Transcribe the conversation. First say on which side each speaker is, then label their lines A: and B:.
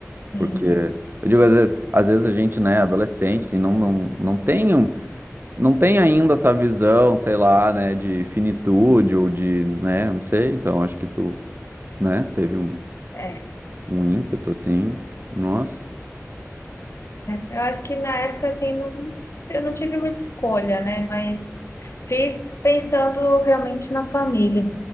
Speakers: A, on the left; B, on the right.
A: Sim,
B: Porque, eu digo, às vezes, às vezes a gente, né, adolescente, assim, não, não, não tem, um- não tem ainda essa visão, sei lá, né, de finitude ou de, né, não sei. Então, acho que tu, né, teve um,
A: é.
B: um ímpeto, assim. Nossa,
A: Eu acho que na época, assim, não- eu não tive muita escolha, né? Mas fiz pensando realmente na família.